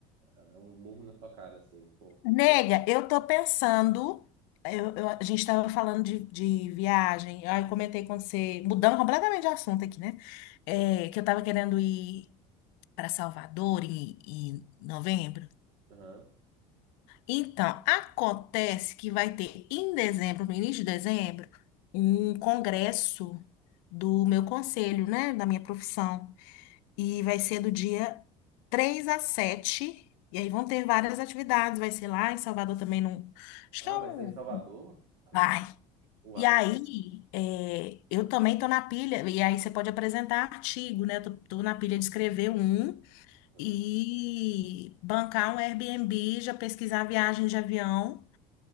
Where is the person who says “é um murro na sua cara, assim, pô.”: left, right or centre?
Right